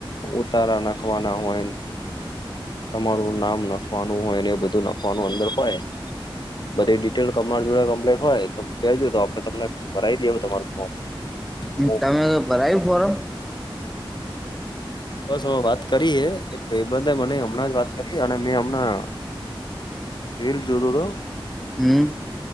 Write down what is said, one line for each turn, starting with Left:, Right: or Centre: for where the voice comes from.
Left: ઉતારા નાખવાના હોયને. તમારું નામ નખવાનું હોય ને, એ બધું નખવાનું અંદર હોય. બધી ડિટેલ તમારી જોડે કમ્પ્ટ હોય તો, કજ તો આપડે તમને કરાવી દેવા તમારું ફોર્મ. હું
Centre: તમે તો ભરાયું ફોરમ?
Left: બસ વાત કરીએ, એક ભાઈબંદે મને હમણાં જ વાત કરી અને મેં હમણાં. રીલ જોતો તો.
Centre: હમ.